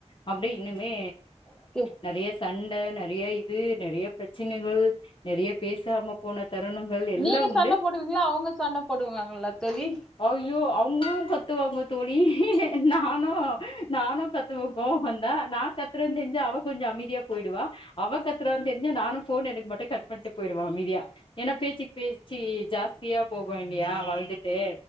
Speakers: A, on the left; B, in the centre.
A: அப்டியே இன்னுமே
B: ஓகே
A: நெறைய சண்ட நெறைய இது நெறைய பிரச்சனைகள் நெறைய பேசாம போன தருணங்கள் எல்லா
B: நீங்க
A: உண்டு
B: சண்ட போடுவீங்களா அவங்க சண்ட போடுவாங்களா தோழி
A: ஐயோ அவங்களு கத்துவாங்க தோழி நானு நானு கத்துவ கோவ வந்தா நா கத் துறன் தெரி்ஞ்சு அவ கொஞ்ச அமைதியா போயிடுவா அவ கத்துறான் தெரிஞ்சு நானு ஃபோன் எனக்கு மாட்ட கட் பண்ட்டு போயிடுவா அமைதியா ஏனா பேச்சுக்கு பேச்சி ஜாஸ் யா போகு இல்லையா வளந்துட்டே